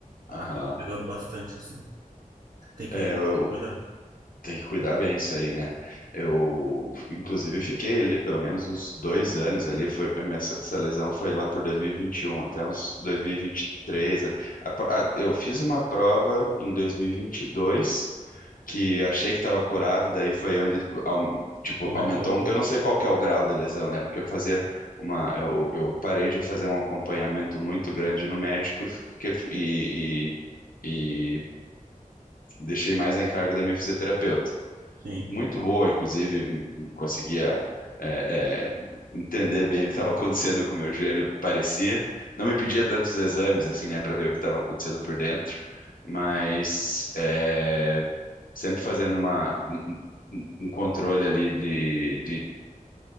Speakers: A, on the left; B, on the right.
A: Aham.
B: acabou pegando bastante, assim. Tem que,
A: É, eu
B: tem que cuidar.
A: tenho que cuidar bem isso aí, né? Eu, inclusive, fiquei ali pelo menos uns dois anos ali. Foi, a minha, essa lesão foi lá por dois mil e e vinte e um até uns 2023. ali. A pro- a- eu fiz uma prova em dois mil e e vinte e dois que achei que estava curado, daí foi onde, aum- tipo,
B: Aumentou,
A: aumentou. um- eu não sei qual que é o grau de lesão, né? Porque eu fazia uma, eu, eu parei de fazer um acompanhamento muito grande no médico e, fiquei- e e- deixei mais a encargo da minha fisioterapeuta.
B: sim.
A: Muito boa, inclusive, conseguia é, é, entender bem o que estava acontecendo com o meu joelho, parecia. Não me pedia tantos exames, assim, né, para ver o que estava acontecendo por dentro, mas é, sempre fazendo uma, um um- um controle ali de, de